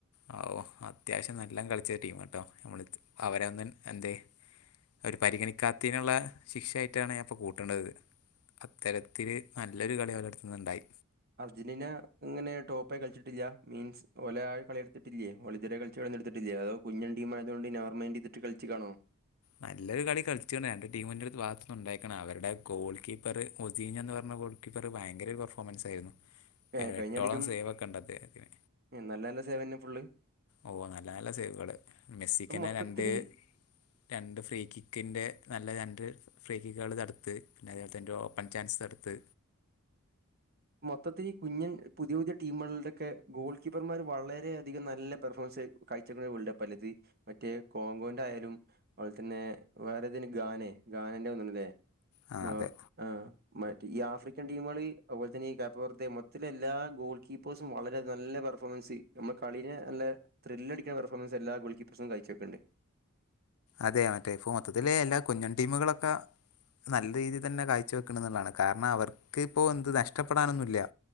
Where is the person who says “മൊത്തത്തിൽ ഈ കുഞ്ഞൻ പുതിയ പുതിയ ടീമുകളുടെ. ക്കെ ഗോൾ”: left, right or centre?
Right